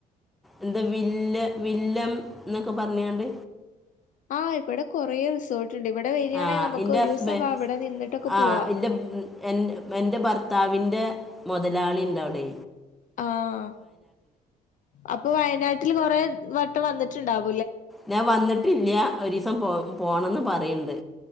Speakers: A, in the centre; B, on the left.
A: എന്താ വില്ല വില്ലം ന്നൊക്കെ പറഞ്ഞാണ്ട്
B: ആഹ് ഇവിടെ കൊറെ റിസോർട്ട് ഉണ്ട് ഇവിടെ വരികയാണെങ്കിൽ
A: ആ്
B: നമുക്ക്
A: എറെ
B: ഒരു
A: ഹസ്ബൻഡ
B: ദിവസം വാ ഇവിടെ നിന്നിട്ടൊക്കെ പോവാ
A: ആ എറെ എ എന്റെ ഭർത്താവിന് <unintelligible> മുതലാളി ഉണ്ടവിടെ
B: ആഹ അപ്പൊ വയനാട്ട വീട്ടിൽ കുറെേ വട്ടം വന്നിട്ടുണ്ടാവും
A: ഞാൻ വന്നിട്ട് ഇല്ലിയാ ഒരു ദിവസം പോ പോണംെന്ന് പറയണ്ട്